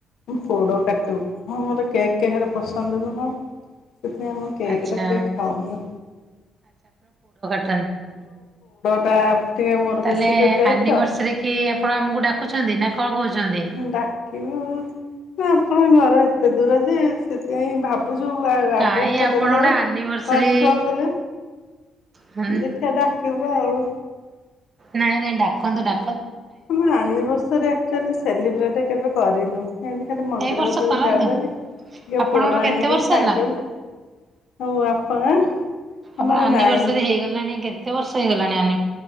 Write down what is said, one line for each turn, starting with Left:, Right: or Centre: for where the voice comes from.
Left: ପୋଡ଼ କାଟୁ, ହଁ ମୋର କେକ୍ କାହାର ପସନ୍ଦ ନୁହଁ। ଏ ଆମ କେକ
Right: ଆଚ୍ଛା
Left: ଟା କେହି ଖାଉନା।
Right: <unintelligible>
Left: ଟା ଟିକେ ମୋର
Right: ତାଲେ
Left: ବେଶୀ ଫେବରାଇଟ
Right: ଆନଭର୍ସରୀ
Left: ତ
Right: କି ଆପଣ ଆମକୁ ଡାକୁଛନ୍ତି ନା? କଣ କହୁଛନ୍ତି?
Left: ଡାକିବୁ ନା ଆପଣଙ୍କ ଘର ଏତେ ଦୂର ଯେ, ସେଥିପାଇଁ ଭା ବୁଝୁ ଆଡ୍ରେସ
Right: କାଇଁ
Left: ଟା
Right: ଆପଣ
Left: ଦେଲେ
Right: ଗୋଟେ
Left: ହ୍ୱାଟ୍ସସପ
Right: ଆନିଭର୍ସରୀ
Left: ରେ
Right: ହୁଁ
Left: ଦେଖିବା ଡାକିବୁ ଆଉ।
Right: ନାଇଁ ନାଇଁ ଡାକନ୍ତୁ ଡା
Left: ଆମ ଆନିଭର୍ଶରି ଆକଚୁଆଲି ସେଲିବ୍ରେଟ କେବେ କରିନୁ। ଏମତି ଖାଲି ମନ୍ଦିରକୁ
Right: ଏଇ ବର୍ଷ କରନ୍ତୁ
Left: ଯାଉଭାରି ଟିକେ
Right: ଆପଣଙ୍କର
Left: ପୋଡ
Right: କେତେ
Left: ଆଣିକି
Right: ବର୍ଷ
Left: ଖାଇଦଉ।
Right: ହେଲା?
Left: ଆଉ ଆପଣ? ଆମର
Right: ଆପଣ ଆନିଭର୍ସରୀ
Left: ନାଇନ୍ଥ
Right: ହେଇଗଲାଣି କେତେ ବର୍ଷ ହେଇଗଲାଣି ଆନ